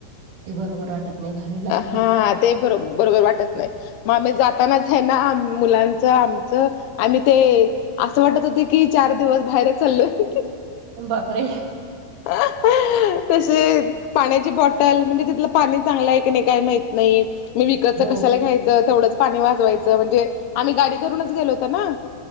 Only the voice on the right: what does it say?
ते बरोबर वाटत नाही घालायला.
उम बापरे!
हो.